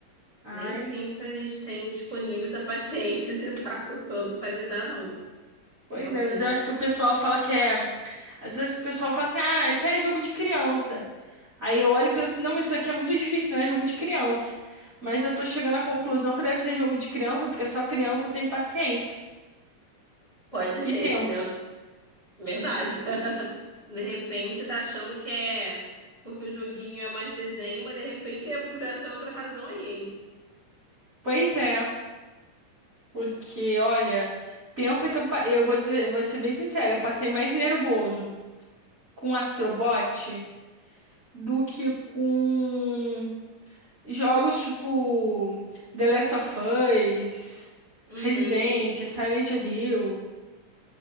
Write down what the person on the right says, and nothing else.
Ai.
Pois
é, às vezes eu acho que o pessoal fala que é. Às vezes eu acho que o pessoal fala assim, ah, isso aí é jogo de criança. Aí eu olho e penso, não, mas isso aqui é muito difícil, não é jogo de criança. Mas eu tô chegando à conclusão que deve ser jogo de criança, porque só criança tem paciência
e tempo.
Pois é, porque, olha, pensa que eu, pa- eu vou dizer, vou te ser bem sincera, eu passei mais nervoso com o Astrobot do que com Jogos tipo The Last of Us,
Resident, Silent Hill,